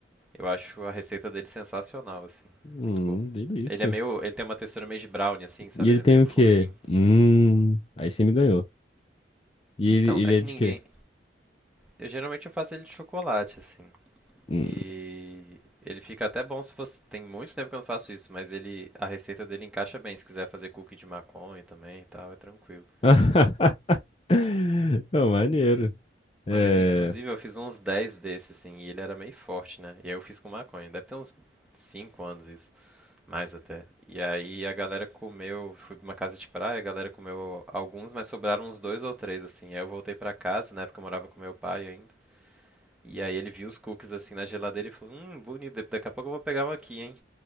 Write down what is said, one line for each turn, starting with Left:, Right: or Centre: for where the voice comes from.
Centre: eu acho a receita dele sensacional, assim,
Left: Hum,
Centre: muito bom.
Left: delícia.
Centre: Ele é meio, ele tem uma textura meio de brownie, assim, sabe?
Left: E ele
Centre: Ele
Left: tem
Centre: é meio
Left: o
Centre: fofinho.
Left: quê? Hum. Aí você me ganhou. E
Centre: Então,
Left: ele, ele
Centre: é que
Left: é de
Centre: ninguém.
Left: quê?
Centre: Eu geralmente eu faço ele de chocolate, assim.
Left: Hum.
Centre: E ele fica até bom se fosse. Tem muito tempo que eu não faço isso, mas ele. A receita dele encaixa bem. Se quiser fazer cookie de maconha também e tal, é tranquilo.
Left: <laughs> Não, maneiro. É.
Centre: Uma vez, inclusive, eu fiz uns 10 desses, assim, e ele era meio forte, né? E aí eu fiz com maconha. Deve ter uns 5 anos isso, mais até. E aí a galera comeu. Fui pra uma casa de praia, a galera comeu alguns, mas sobraram uns dois ou três, assim. Aí eu voltei pra casa, na época eu morava com meu pai ainda. E aí ele viu os cookies assim na geladeira e falou, hum, bonito, daqui a pouco eu vou pegar um aqui, hein?